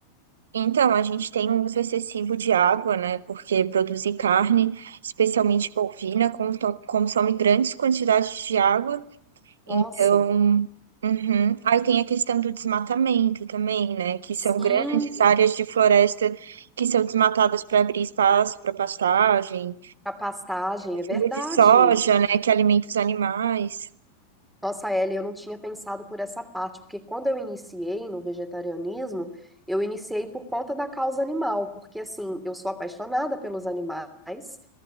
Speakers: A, on the right; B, in the centre.
A: Então, a gente tem um uso excessivo de água, né? Porque produzir carne, especialmente bovina, conto- consome grandes quantidades de água. Então,
B: Nossa.
A: uhum. Aí tem a questão do desmatamento também, né? Que
B: Sim,
A: são grandes áreas de floresta que são desmatadas para abrir espaço para pastagem.
B: a pastagem,
A: cultivo
B: é verdade.
A: de soja, né, que alimenta os animais.
B: Nossa, Ellie, eu não tinha pensado por essa parte, porque quando eu iniciei no vegetarianismo, eu iniciei por conta da causa animal, porque assim, eu sou apaixonada pelos animais